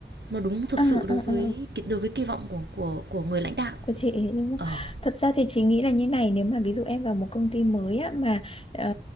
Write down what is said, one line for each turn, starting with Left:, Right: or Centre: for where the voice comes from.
Right: nó đúng thực
Left: ừ
Right: sự đối
Left: ừ
Right: với
Left: ừ
Right: đối với kỳ vọng của của của người lãnh đạo.
Left: của chị ấy. nhưng mà
Right: Ờ.
Left: thật ra thì chị nghĩ là như này nếu mà ví dụ em vào một công ty mới á mà ờ,